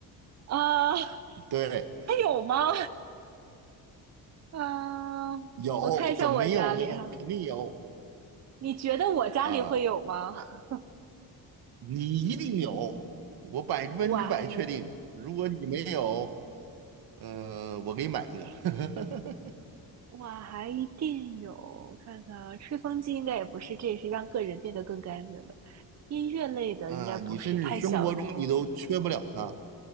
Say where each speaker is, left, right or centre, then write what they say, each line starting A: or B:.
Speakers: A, on the right; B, on the right.
A: 啊，还有吗？
B: 对，
A: <laughs> 啊，
B: 有怎么没有呢？
A: 我看一下我家里哈，
B: 肯定有
A: 你觉得我家里会有吗？
B: 啊，
A: <laughs>
B: 你一定有，我百分之百确定。
A: 晚一点。
B: 如果你没有，呃，我给你买一个。<laughs>
A: 哇，还一定有，我看看啊，吹风机应该也不是，这也是让个人变得更干净的。音乐类的应该不是，
B: 嗯、你甚至生活中你都缺不了它，
A: 太小众了。